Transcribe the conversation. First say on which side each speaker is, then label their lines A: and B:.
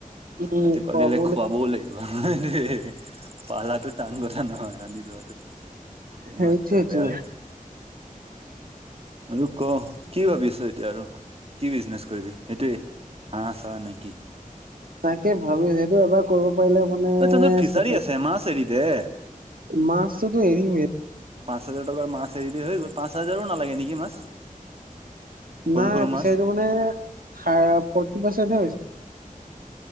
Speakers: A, on the right (about 85°); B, on the right (about 45°).
A: উম,
B: হাতী
A: খুৱাব
B: পালিলে খুৱাবও লাগিব। দেই পলাটো টান কথা নহয় আনি লোৱাটো এই
A: সেইটোৱেইটো
B: মথাটো বেয়া হৈ যায়। আৰু ক কি ভাবিছ এতিয়া আৰু? কি বিজনেছ কৰিবি, সেইটোৱে হা ছা নে কি?
A: তাকে ভাবি সেইটো এবাৰ কৰিব পাৰিলে মানে
B: অ তহঁতৰ
A: চেপেৰে
B: <unintelligible> দে
A: মছটোতো এৰিমে।
B: পাঁচ হাজাৰ টকাৰ মাছ এৰিবি হৈ গ'ল, পাঁচ হাজাৰো নালাগে নেকি মাছ। সৰু
A: নাই
B: সৰু
A: ফিচাৰিটো
B: মাছ
A: মানে ফৰ্টি পাৰ্চেন্টহে হৈছে।